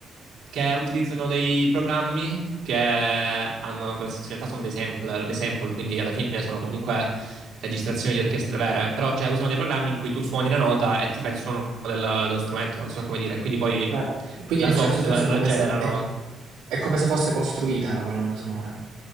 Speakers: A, on the right; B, on the right.
A: Che utilizzano dei programmi che hanno, vabbè, sì, in realtà sono dei sampler, dei sample, quindi alla fine sono comunque registrazioni di orchestre vere, però cioè, usano dei programmi in cui tu suoni la nota e ti fa il suono del- dello strumento, non so come dire, quindi poi
B: Cioè, quindi
A: da
B: in un
A: software
B: certo senso è come
A: generano
B: se, è, è come se fosse costruita la colonna sonora.